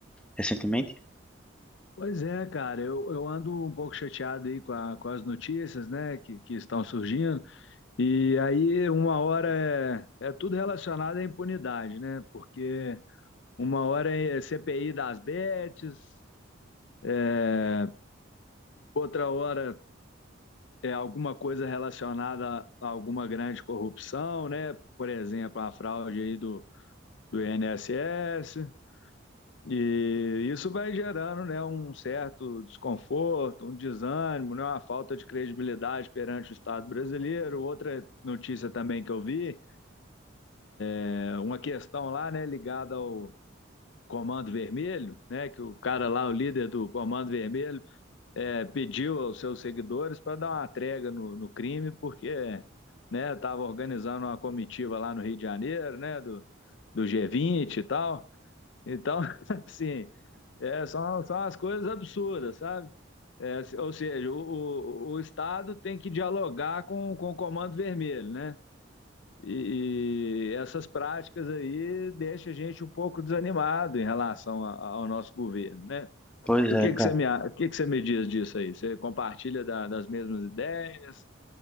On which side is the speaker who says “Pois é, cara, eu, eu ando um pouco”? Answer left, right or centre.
Left